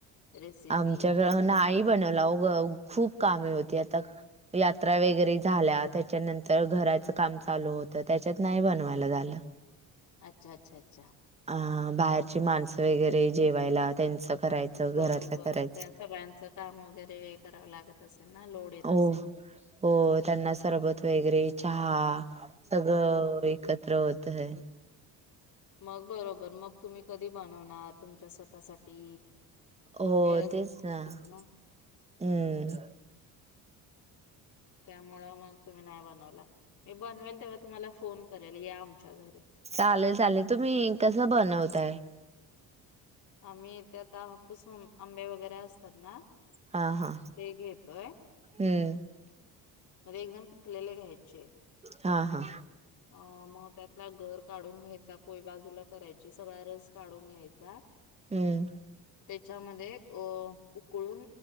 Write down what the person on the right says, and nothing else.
आमच्याकडं नाई बनवत. <unintelligible> खूप कामे होती आता यात्रा वगैरे झाल्या त्याच्यानंतर घराच काम चालू होत त्याच्यात नाही बनवायला झालं.
अ बाहेरची माणसं वगैरे जेवायला त्यांच करायचं घरातलं
करायचं
हो
हो त्यांना सरबत वेगैरे चहा सगळं एकत्र होत ह
हो
तेच
ना हम्म
चालेल चालेल तुम्ही कस बनवताय?
हा हा
हम्म
हा हा
हं